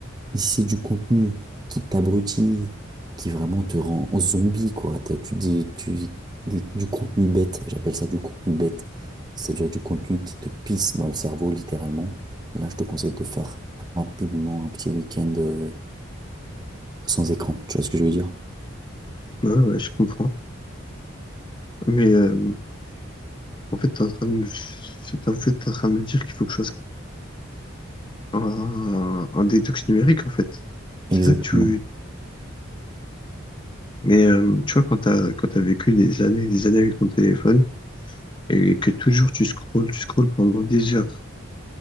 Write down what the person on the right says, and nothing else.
Mais si c'est du contenu qui t'abrutit, qui vraiment te rend zombie, quoi. t'as- Tu dis, tu, des- du contenu bête, j'appelle ça du contenu bête. C'est-à-dire du contenu qui te pisse dans le cerveau, littéralement. Là, je te conseille de faire rapidement un petit week-end euh, sans écran. Tu vois ce que je veux dire?
Exactement.